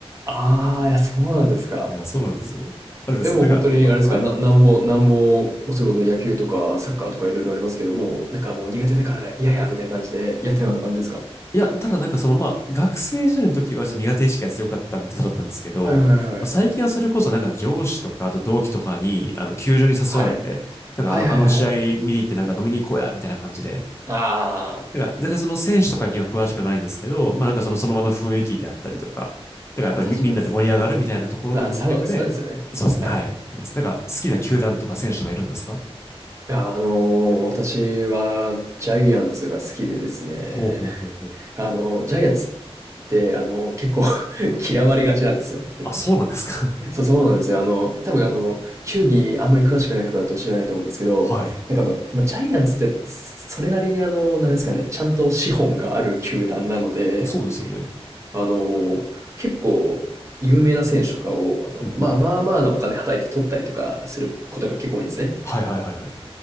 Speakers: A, on the right; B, on the left.
A: ああ、いや、そうなんですか。
B: いや、そうなんですよ。あれです。
A: え、もう本当にあれですか、
B: なんか、あはい。
A: な、なんも、なんも、うそれこそ野球とかサッカーとかいろいろありますけども、なんかもう苦手だから嫌や、みたいな感じでやってなかった感じですか
B: いや、ただなんかそのまあ、学生時代の時はちょっと苦手意識が強かったんで、そうだったんですけど、
A: はいはいはい。
B: まあ最近はそれこそなんか上司とか、あと同期とかに、あの、球場に誘われて、
A: はい。
B: なんかあの、
A: はいはいはいはい。
B: あの試合見に行ってなんか飲みに行こうや、みたいな感じで、
A: ああ、
B: なんか全然その選手とかには詳しくないんですけど、まあなんかその、その場の雰囲気であったりとか、だからやっぱりみ、
A: いや、確かにです。
B: みんなで盛り上がるみたいなところの文脈で、
A: まあ、そう、そうですよね。
B: そうですね、
A: はい。
B: はい。いますなんか好きな球団とか選手とかいるんですか
A: いや、あの、私はジャイアンツが好きでですね、
B: ほうほうほうほう。
A: あの、ジャイアンツって、あの、結構 <laughs> 嫌われがちなんですよ。
B: あ、そうなんですか。
A: そう、そうなんですよ。あの、多分あの、球技あんまり詳しくない方だと知らないと思うんですけど、
B: <laughs> はい。
A: なんかあの、まあ、ジャイアンツってそそれなりにあの、なんですかね、ちゃんと資本がある球団なので、
B: <laughs> そうですよね。
A: あの、結構有名な選手とかを、あの、
B: うんうん。
A: まあまあまあなお金はたいて取ったりとかすることが結構多いんですね。
B: はいはいはいはい。